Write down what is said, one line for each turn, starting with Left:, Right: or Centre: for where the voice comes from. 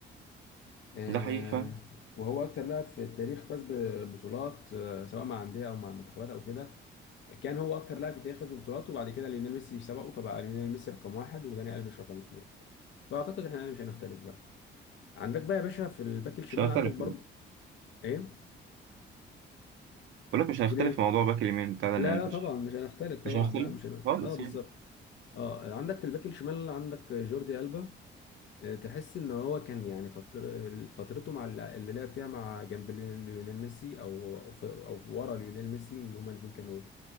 Left: آه،
Right: ده حقيقي فعلا
Left: وهو اكتر لاعب في التاريخ فاز ببطولات آه، سواء مع انديه او مع المنتخبات او كده كان هو اكتر لاعب في التاريخ فاز ببطولات وبعد كده ليونيل ميسي سبقه فبقى ليونيل ميسي رقم واحد وداني الفيش رقم اتنين فاعتقد احنا يعني مش هنختلف بقى عندك بقى يا باشا في الباك الشمال
Right: مش هنختلف
Left: عندك برضو
Right: بقول
Left: ايه
Right: لك مش هنختلف
Left: تقول ايه
Right: في موضوع باك اليمين بتاع داني
Left: لا
Right: الفيش
Left: لا طبعا مش هنختلف طبعا
Right: مش هنختلف
Left: لا مش هن...
Right: خالص
Left: اه بالظبط
Right: يعني
Left: اه عندك في الباك الشمال عندك جوردي ألبا تحس ان هو كان يعني فتر... فترته مع الل- اللي لعب فيها مع جنب ليون- ليونيل ميسي او او ف- أو ورا ليونيل ميسي ان هما الاثنين كانوا